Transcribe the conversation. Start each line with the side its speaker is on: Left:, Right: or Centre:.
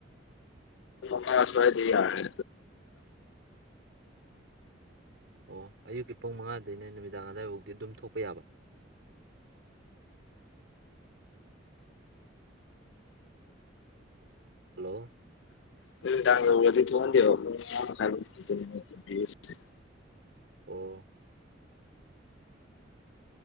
Left: ꯁꯋꯥꯥꯏꯗꯤ ꯌꯥꯃꯤ
Right: ꯑꯣ ꯑꯌꯨꯛꯀꯤ ꯄꯨꯡ ꯃꯉꯥꯗꯅꯦ ꯅꯨꯃꯤꯗꯥꯡ ꯑꯋꯥꯏꯐꯥꯎꯗꯤ ꯑꯗꯨꯝ ꯊꯣꯛꯄ ꯌꯥꯕ ꯍꯜꯂꯣ
Left: <unintelligible>
Right: ꯑꯣ